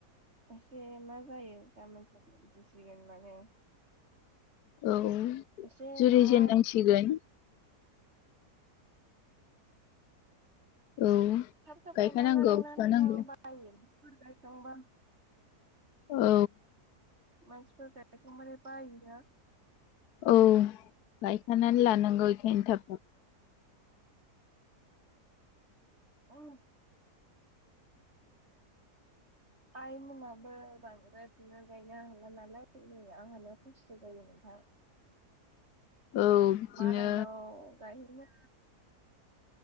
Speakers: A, on the right; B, on the left.
A: एसे मा जायो गाबोन सो बिथिसिगोन माने
B: औ
A: एसे
B: जुरिजेननांसिगोन
A: न'आव <unintelligible>
B: औ
A: थाब थाबाय
B: गायखानांगौ
A: गायना लादोंना
B: फुखानांगौ
A: नोंथां बायो गायखांबा
B: औ
A: मानसिफोरा बेखौ माने बायो ना।
B: औ गायखानानै लानांगौ इखायनो थाब थाब।
A: औ। आइमोनाबो बांद्राय बिनो गायनो हाला नालाय नै आंहानो खस्थ' जायो नोंथां।
B: औ बिदिनो
A: मालायनाव गायनो।